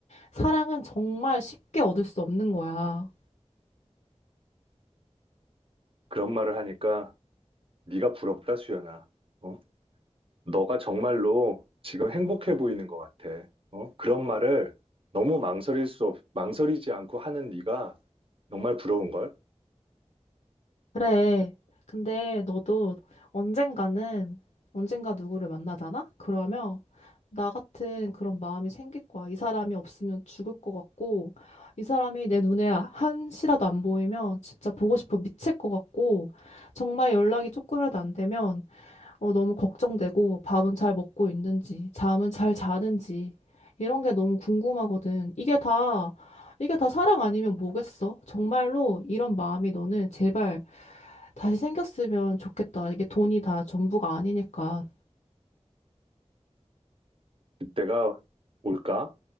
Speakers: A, on the left; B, on the right.
A: 사랑은 정말 쉽게 얻을 수 없는 거야.
B: 그런 말을 하니까 네가 부럽다, 수연아. 어? 너가 정말로 지금 행복해 보이는 것 같아. 어? 그런 말을 너무 망설일 수 없, 망설이지 않고 하는 네가 정말 부러운걸?
A: 그래. 근데 너도 언젠가는, 언젠가 누구를 만나잖아? 그러면 나 같은 그런 마음이 생길 거야. 이 사람이 없으면 죽을 것 같고, 이 사람이 내 눈에 한시라도 안 보이면 진짜 보고 싶어 미칠 것 같고, 정말 연락이 조금이라도 안 되면 어, 너무 걱정되고 밥은 잘 먹고 있는지, 잠은 잘 자는지, 이런 게 너무 궁금하거든. 이게 다, 이게 다 사랑 아니면 뭐겠어? 정말로 이런 마음이 너는 제발 다시 생겼으면 좋겠다. 이게 돈이 다 전부가 아니니까.
B: 그때가 올까?